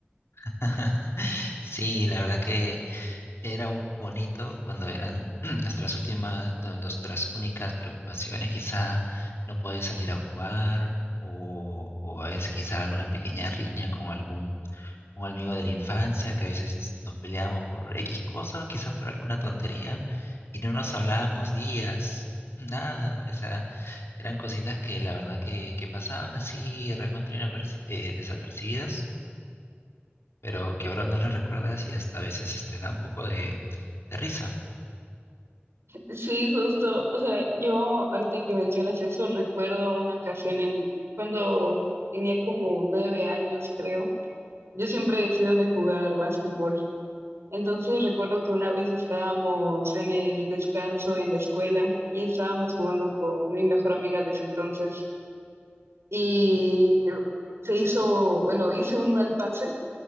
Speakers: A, on the left; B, on the right.
A: <laughs> Sí, la verdad que era u- bonito cuando eran <clears throat> nuestras últimas, no, nuestras únicas preocupaciones, quizá no poder salir a jugar o, o a veces quizá alguna pequeña riña con algún un amigo de la infancia, que a veces nos peleábamos por X cosas, quizás por alguna tontería, y no nos hablábamos días, nada, o sea, eran cositas que la verdad que, que pasaban así recontra inaperci- eh, desapercibidas, pero que ahora no las recuerdas y hasta a veces este, da un poco de de risa.
B: Sí, justo, o sea, yo ahorita que mencionas eso, recuerdo una ocasión en cuando tenía como nueve años, creo. Yo siempre he sido de jugar básquetbol Entonces recuerdo que una vez estábamos en el descanso en la escuela y estábamos jugando con mi mejor amiga de ese entonces y se hizo, bueno, hice un mal pase